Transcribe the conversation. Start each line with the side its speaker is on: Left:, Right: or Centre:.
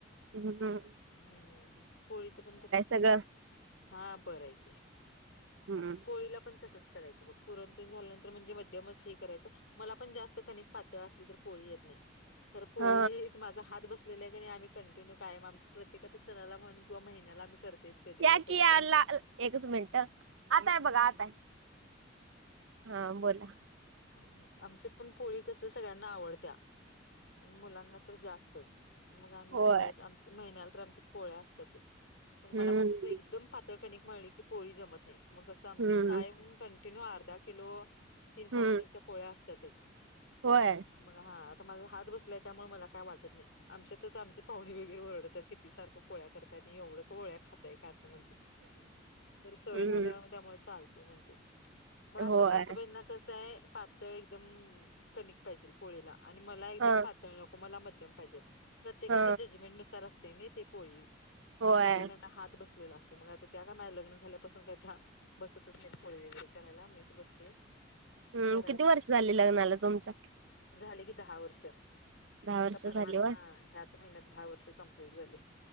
Right: हम्म हम
Left: हम्म पोळीचं पण तसच आहे
Right: सगळं
Left: हा बरं आहे की
Right: हम्म
Left: पोळीला पण तसंच करायचं ब पुरणतेन झाल्यानंतर म्हणजे मध्यमच हे करायचं मला पण जास्त कनिक पातळ असली तर पोळी येत नाही खर पोळी
Right: हा
Left: माझा हात बस आपल्या आम्ही कंटिन्यू कायम आमच प्रत्यक आ सणाला म्हण किंवा महिन्याला आमही करतेच कधी
Right: या
Left: नाही कधी
Right: की या
Left: तर
Right: ला एकच मिनट आताय बघा आताय हा बोला
Left: आमच्यात पण पोळी कस सगळ्यांना आवडत्या आणि मुलांना तर जास्तच मग आम्ही
Right: होय
Left: पोळ्यात आम महिन्याला तर आमच्यात पोळ्या असतातच. मग
Right: हम्म
Left: मला पण कसं एकदम पातळ कणिक म्हणले की पोळी जमत नाही मग कं आमच्या
Right: हम्म
Left: कायम किलो अर्धा किलो तीन
Right: हम्म
Left: पवशरच्या पोळ्या असतातच.
Right: होय.
Left: मग हा आता माझा हात बसलाय त्यामुळे मला काय वाटत नाही. आमच्यातच आमचे पाहुणे वगरे ओरडतात किती सारखं पोळ्या करतात आणि एवढं पोळ्या खाता ताय असं म्हणतात तर सवय
Right: हम्म
Left: झाल्या त्यामुळे चालते म्हणते. मग आमच्या
Right: होय
Left: सासूबाईंना कसं आहे पातळ एकदम कनिक पाहिजे पोळीला. आणि मला एकदम
Right: हा
Left: पातळ नको मला मध्यम पाहिजेल प्रत्येकच्या
Right: हा
Left: जजमेंट नुसार अस नाही ते पोळी
Right: होय
Left: प्रत्येकाचा हात बसलेला अस मग आता त्या का माझ लग्न झाल्यापासून काय त्या बसतच नाही पोळी वगैरे करायला मीच बसते.
Right: हम्म
Left: करायचं.
Right: किती वर्ष झाले लग्नाला तुमचा.
Left: झाले की दहा वर्ष आता
Right: दहा वर्ष
Left: परवाच
Right: झाली होय
Left: हा ह्याच महिन्यात दहा वर्षे कम्प्लीट झाली